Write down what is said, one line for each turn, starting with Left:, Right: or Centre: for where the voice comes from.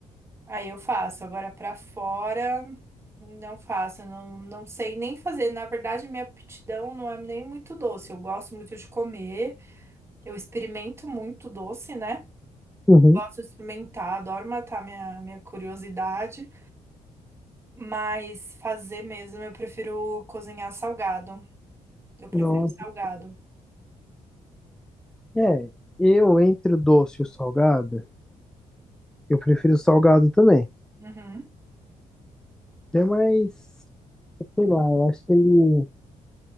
Right: Aí eu faço. Agora pra fora, não faço. Não, não sei nem fazer. Na verdade, minha aptidão não é nem muito doce. Eu gosto muito de comer. Eu experimento muito doce, né?
Centre: uhum.
Right: Gosto de experimentar, adoro matar minha, minha curiosidade. Mas fazer mesmo, eu prefiro cozinhar salgado. Eu prefiro
Centre: Nossa.
Right: salgado.
Centre: É, eu entre o doce e o salgado, eu prefiro o salgado também.
Right: Uhum.
Centre: É mais, sei lá, eu acho que ele